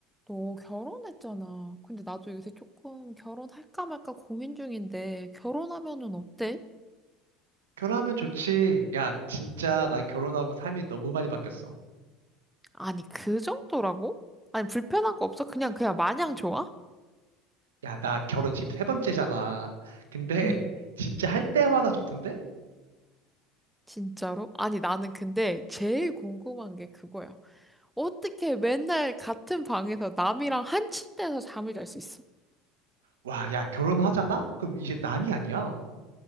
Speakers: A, in the centre; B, on the right.
A: 너 결혼했잖아. 근데 나도 요새 조금 결혼할까 말까 고민 중인데, 결혼하면은 어때?
B: 결혼하면 좋지. 야, 진짜 나 결혼하고 삶이 너무 많이 바뀌었어.
A: 아니, 그 정도라고? 아니, 불편한 거 없어? 그냥, 그냥 마냥 좋아?
B: 야, 나 결혼 지금 세 번째잖아. 근데
A: 응.
B: 진짜 할 때마다 좋던데?
A: 진짜로? 아니, 나는 근데 제일 궁금한 게 그거야. 어떻게 맨날 같은 방에서 남이랑 한 침대에서 잠을 잘 수 있어?
B: 와, 야, 결혼하잖아? 그럼 이제 남이 아니야.